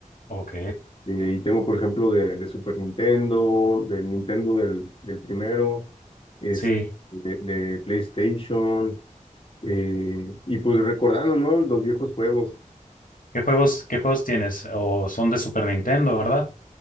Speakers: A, on the left; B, on the left.
A: ok,
B: Eh, y tengo, por ejemplo, de, de Super Nintendo, del Nintendo del, del primero, es
A: sí.
B: de, de PlayStation, eh, y pues recordando, ¿no? Los viejos juegos.
A: ¿Qué juegos, qué juegos tienes? O son de Super Nintendo, ¿verdad?